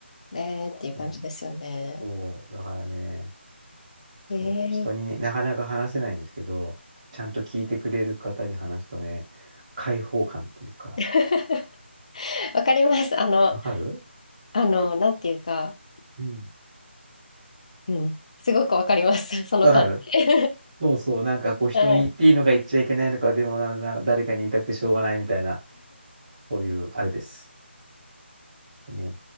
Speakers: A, on the left; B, on the right.
A: ねーっていう感じですよね。
B: そうそう、だからね、
A: ええ
B: そう、人になかなか話せないんですけど、ちゃんと聞いてくれる方に話すとね、解放感っていうか、
A: <laughs> わかります。あの、
B: わかる
A: あの、なんていうか、
B: うん。
A: うん、すごくわかります。その感じ。
B: わかるそうそう、なんかこう人に言っていいのか言っちゃいけないのか、
A: <laughs> はい。
B: でもな、な誰かに言いたくてしょうがないみたいな、そういうあれです。ね